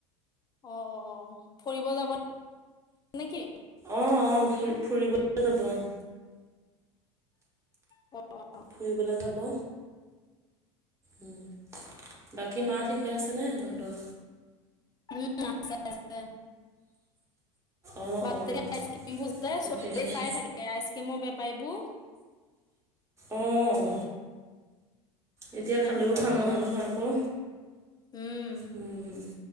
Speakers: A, on the left; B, on the right.
A: অহ ফুৰিব যাব নেকি?
B: অঁ অঁ ফুৰি ফুৰিবলে যাব অহ।
A: অ
B: ফুৰিবলে যাব। উম, বাকী মা ঠিকে আছেনে তহঁতৰ?
A: উম আছে আছে।
B: অঁ
A: বাত
B: অঁ
A: আইচ ক্ৰীম বোৰ চাই
B: তাকেহে
A: থাকে আইচ ক্ৰীমৰ বেপাৰীবোৰ <unintelligible>
B: অঁহ।
A: শান্তি
B: এতিয়া
A: নাই
B: খালেও
A: বেপাৰীবোৰৰ
B: ভাল নহয়
A: পৰা
B: নহয় আকৌ,
A: উম।
B: উম।